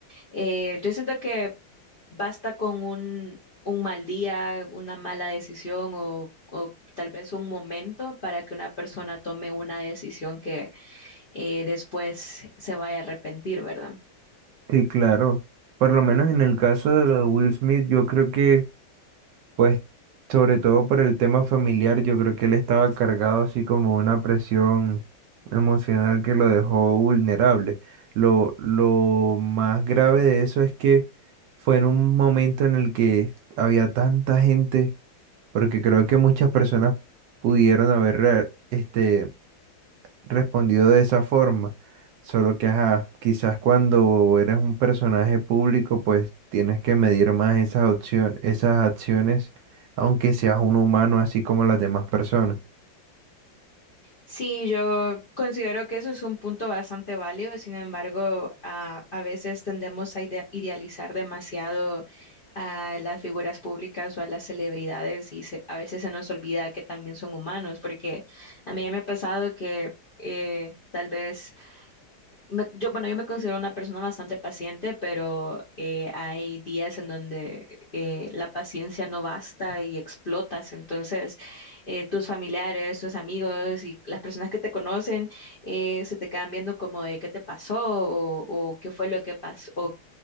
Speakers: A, on the left; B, on the right.
A: eh, yo siento que basta con un, un mal día, una mala decisión o, o tal vez un momento para que una persona tome una decisión que eh, después se vaya a arrepentir, ¿verdad?
B: Sí, claro. Por lo menos en el caso de lo de Will Smith, yo creo que, pues, sobre todo por el tema familiar, yo creo que él estaba cargado así como una presión emocional que lo dejó vulnerable. Lo, lo más grave de eso es que fue en un momento en el que había tanta gente, porque creo que muchas personas pudieron haber, re- este, respondido de esa forma. Solo que, ajá, quizás cuando eres un personaje público, pues tienes que medir más esas opciones, esas acciones, aunque seas un humano así como las demás personas.
A: Sí, yo considero que eso es un punto bastante válido, sin embargo, a, a veces tendemos a ide- idealizar demasiado a las figuras públicas o a las celebridades y se- a veces se nos olvida que también son humanos, porque a mí ya me ha pasado que eh, tal vez me- yo, bueno, yo me considero una persona bastante paciente, pero eh, hay días en donde eh, la paciencia no basta y explotas. Entonces, eh, tus familiares, tus amigos y las personas que te conocen eh, se te quedan viendo como de qué te pasó o, o qué fue lo que pasó o,